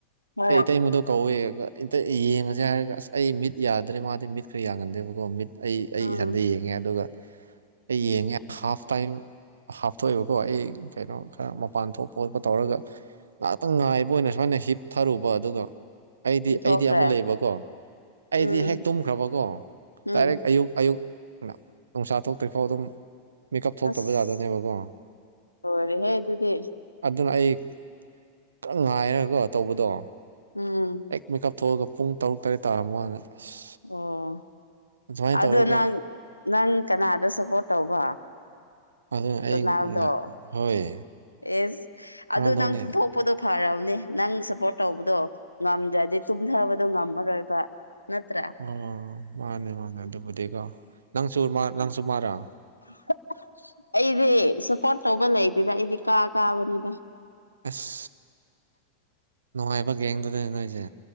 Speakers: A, on the left; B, on the right.
A: ꯍꯣꯏ
B: ꯑꯩ ꯏꯇꯩꯃꯥꯗꯣ ꯀꯧꯋꯦ ꯏꯇꯩ ꯌꯦꯡꯉꯁꯦ ꯍꯥꯏꯔꯒ ꯑꯁ ꯑꯩ ꯃꯤꯠ ꯌꯥꯗ꯭ꯔꯦ ꯃꯥꯗꯤ ꯃꯤꯠ ꯈꯔ ꯌꯥꯒꯟꯗꯦꯕꯀꯣ ꯃꯤꯠ ꯑꯩ ꯑꯩ
A: ꯎꯝ
B: ꯏꯊꯟꯗ ꯌꯦꯡꯉꯦ ꯑꯗꯨꯒ ꯑꯩ ꯌꯦꯡꯉꯦ ꯍꯥꯐ ꯇꯥꯏꯝ ꯍꯥꯞꯇꯣꯛꯑꯦꯕꯀꯣ ꯑꯩ ꯀꯩꯅꯣ ꯈꯔ ꯃꯄꯥꯟ ꯊꯣꯛꯄ ꯈꯣꯠꯄ ꯇꯧꯔꯒ ꯉꯥꯏꯍꯥꯛꯇꯪ ꯉꯥꯏꯕ ꯑꯣꯏꯅ ꯁꯨꯃꯥꯏꯅ ꯍꯤꯞ ꯊꯔꯨꯕ ꯑꯗꯨꯒ ꯑꯩꯗꯤ
A: ꯇꯨꯝꯊꯣꯛꯈ꯭ꯔꯦ
B: ꯑꯩꯗꯤ ꯑꯃ ꯂꯩꯕꯀꯣ ꯑꯩꯗꯤ
A: ꯎꯝ
B: ꯍꯦꯛ ꯇꯨꯝꯈ꯭ꯔꯕꯀꯣ
A: ꯎꯝ
B: ꯗꯥꯏꯔꯦꯛ ꯑꯌꯨꯛ ꯑꯌꯨꯛ ꯅꯨꯡꯁꯥ ꯊꯣꯛꯇ꯭ꯔꯤꯐꯥꯎ ꯑꯗꯨꯝ ꯃꯤꯀꯞ ꯊꯣꯛꯇꯕ
A: ꯑꯁ
B: ꯌꯥꯗꯣꯏꯅꯦꯕꯀꯣ
A: ꯂꯣꯏꯔꯦꯍꯦ ꯑꯗꯨꯗꯤ
B: ꯑꯗꯨꯅ ꯑꯩ <unintelligible> ꯉꯥꯏꯔꯒꯣ ꯇꯧꯕꯗꯣ
A: ꯎꯝ
B: ꯍꯦꯛ ꯃꯦꯀꯞ ꯊꯣꯛꯑꯒ ꯄꯨꯡ ꯇꯔꯨꯛ ꯇꯔꯦꯠ ꯇꯥꯔꯝꯃꯥ ꯀꯥꯟꯗ ꯑꯁ
A: ꯑꯣ
B: ꯑꯗꯨꯃꯥꯏꯅ
A: ꯑꯗꯣ
B: ꯇꯧꯔꯒ
A: ꯅꯪ ꯅꯪ ꯀꯅꯥꯗ ꯁꯞꯄꯣꯔꯠ ꯇꯧꯕ
B: ꯑꯗꯨ ꯑꯩ
A: ꯔꯣꯅꯥꯜꯗꯣ
B: ꯉꯥ ꯍꯣꯏ
A: ꯑꯦꯁ ꯑꯗꯨ
B: ꯔꯣꯅꯥꯜꯗꯣꯅꯦ
A: ꯅꯪ ꯆꯨꯝꯊꯣꯛ ꯄꯣꯗꯣ ꯐꯔꯕꯅꯤ ꯅꯪ ꯁꯞꯄꯣꯔꯠ ꯇꯧꯕꯗꯣ ꯉꯝꯗ꯭ꯔꯗꯤ ꯇꯨꯝꯊꯕꯗꯣ ꯉꯝꯃꯔꯣꯏꯕ ꯅꯠꯇ꯭ꯔꯥ
B: ꯎꯝ ꯃꯥꯅꯦ ꯃꯥꯅꯦ ꯑꯗꯨꯕꯨꯗꯤꯀꯣ ꯅꯪꯁꯨ ꯃꯥ ꯅꯪꯁꯨ ꯃꯥꯔ
A: <unintelligible> ꯑꯩꯗꯤ ꯁꯞꯄꯣꯔꯠ ꯇꯧꯕ ꯂꯩꯇꯦꯗ ꯑꯩꯗꯤ ꯀꯥ ꯀꯥꯕꯅꯤꯗ
B: ꯑꯁ ꯅꯨꯡꯉꯥꯏꯕ ꯒꯦꯡꯗꯨꯗꯅꯦ ꯅꯣꯏꯁꯦ